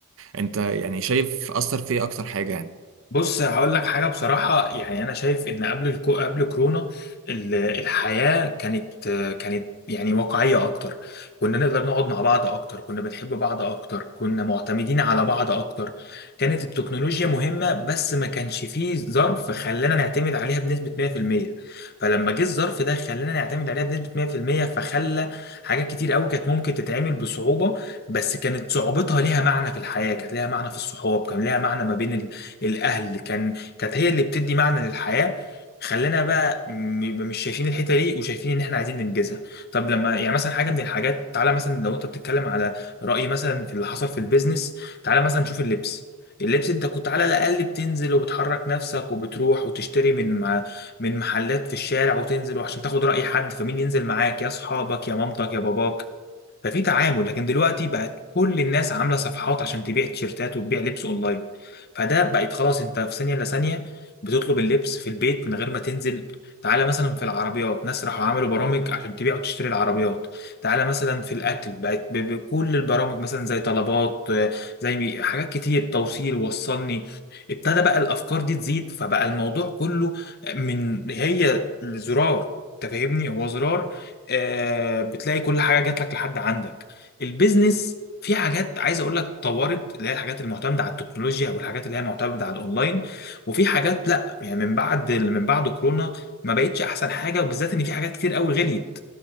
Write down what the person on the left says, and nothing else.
بص هقول لك حاجة بصراحة يعني أنا شايف إن قبل الكو... قبل كورونا ال- الحياة كانت كانت يعني واقعية أكتر كنا نقدر نقعد مع بعض أكتر كنا بنحب بعض أكتر كنا معتمدين على بعض أكتر كانت التكنولوجيا مهمة بس ما كانش فيه ظرف خلانا نعتمد عليها بنسبة 100% فلما جه الظرف ده خلانا نعتمد عليها بنسبة 100% فخلى حاجات كتير قوي كانت ممكن تتعمل بصعوبة بس كانت صعوبتها ليها معنى في الحياة كانت ليها معنى في الصحاب كان ليها معنى ما بين ال... الاهل كان كانت هي اللي بتدي معنى للحياه خلينا بقى م- مش شايفين الحته دي وشايفين ان احنا عايزين ننجزها طب لما يعني مثلا حاجه من الحاجات تعالى مثلا لو انت بتتكلم على راي مثلا في اللي حصل في البيزنس تعالى مثلا نشوف اللبس اللبس انت كنت على الاقل بتنزل وبتحرك نفسك وبتروح وتشتري من مع- من محلات في الشارع وتنزل وعشان تاخد راي حد فمين ينزل معاك يا اصحابك يا مامتك يا باباك ففي تعامل لكن دلوقتي بقت كل الناس عامله صفحات عشان تبيع تيشيرتات وتبيع لبس اونلاين فده بقت خلاص انت في ثانيه الا ثانيه بتطلب اللبس في البيت من غير ما تنزل تعالى مثلا في العربيات ناس راحوا عملوا برامج عشان تبيع وتشتري العربيات تعالى مثلا في الاكل بقت ب- بكل البرامج مثلا زي طلبات آه، زي حاجات كتير توصيل وصلني ابتدى بقى الافكار دي تزيد فبقى الموضوع كله من هي زرار انت فاهمني هو زرار آه، بتلاقي كل حاجه جات لك لحد عندك البيزنس في حاجات عايز اقول لك طورت اللي هي الحاجات المعتمده على التكنولوجيا او الحاجات اللي هي معتمده على الاونلاين وفي حاجات لا يعني من بعد من بعد كورونا ما بقتش احسن حاجه وبالذات ان في حاجات كتير قوي غليت